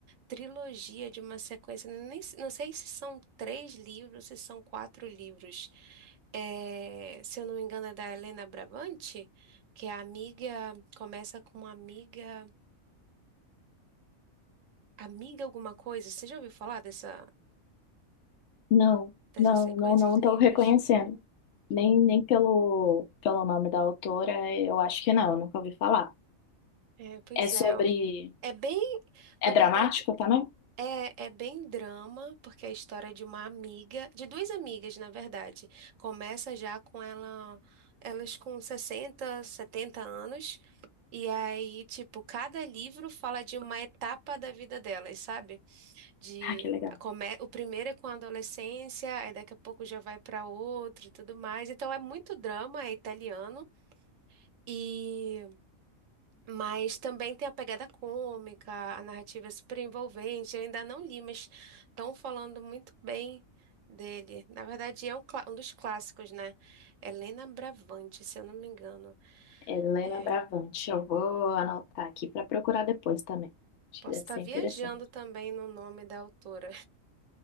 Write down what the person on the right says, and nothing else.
trilogia, de uma sequência. Nem, se- não sei se são três livros, se são quatro livros. É, se eu não me engano, é da Helena Brabante, que é a amiga. Começa com amiga. Amiga alguma coisa. Você já ouviu falar dessa,
dessa
sequência
de
livros?
É, pois
é. É bem. Na
verdade.
É, é bem drama, porque é a história de uma amiga, de duas amigas, na verdade. Começa já com ela, elas com 60, 70 anos, e aí, tipo, cada livro fala de uma etapa da vida delas, sabe? De,
come, o primeiro é com a adolescência, aí daqui a pouco já vai para outro e tudo mais. Então é muito drama, é italiano. E mas também tem a pegada cômica, a narrativa é super envolvente. Eu ainda não li, mas estão falando muito bem dele. Na verdade, é um, clá- um dos clássicos, né? Helena Bravante, se eu não me engano.
É,
posso
estar
viajando
também no nome da autora,